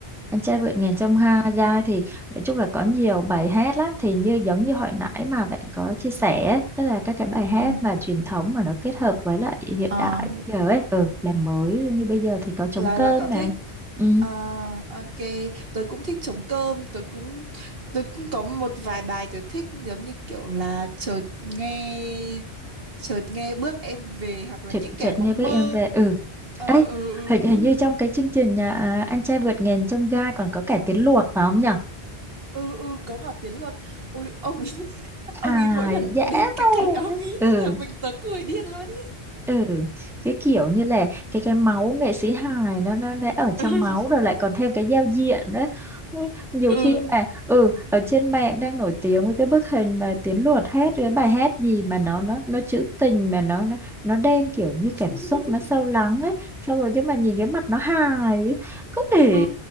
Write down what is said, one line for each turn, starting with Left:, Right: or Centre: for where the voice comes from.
Centre: Anh trai vượt ngàn chông gai thì nói chung là có nhiều bài hát lắm thì như giống như hồi nãy mà bạn có chia sẻ ấy, tức là các cái bài hát
Right: Ờ
Centre: mà truyền thống mà nó kết hợp với lại hiện
Right: Ờ,
Centre: đại bây giờ ấy ừ làm mới như bây giờ thì có trống
Right: là
Centre: cơm
Right: là cậu thích.
Centre: này ừ
Right: Ờ ok, tớ cũng thích trống cơm, tớ cũng tớ cũng có một vài bài tớ thích giống như kiểu là chợt nghe chợt nghe bước em về hoặc là
Centre: chợt
Right: những kẻ
Centre: chợt
Right: mộng
Centre: nghe bữa
Right: mơ.
Centre: em về ừ
Right: Ờ
Centre: ấy
Right: ừ
Centre: hình
Right: ừ
Centre: hình
Right: ừ.
Centre: như trong cái chương trình nhà à, anh trai vượt ngàn chông gai còn có cả tiếng luộc phải không nhở
Right: Ừ, ừ, có cả Tiến Luật Ôi ông ấy <laughs> Ông
Centre: hài
Right: ấy mỗi lần
Centre: dễ
Right: đến cái
Centre: man
Right: cảnh ông ấy
Centre: ừ
Right: Thì là mình tớ cười điên luôn ý
Centre: ừ cái kiểu như là cái cái máu nghệ sĩ hài nó nó đã ở trong
Right: <laughs>
Centre: máu rồi lại còn thêm cái giao diện đấy Ừ, nhiều
Right: Ừ
Centre: khi mà ừ ở trên mạng đang nổi tiếng với cái bức hình mà Tiến Luật hát cái bài hát gì mà nó nó nó trữ tình mà nó nó nó đem kiểu như cảm
Right: ừ
Centre: xúc nó sâu lắng ấy xong rồi nhưng mà nhìn cái mặt nó hài ấy, không thể
Right: Ừ,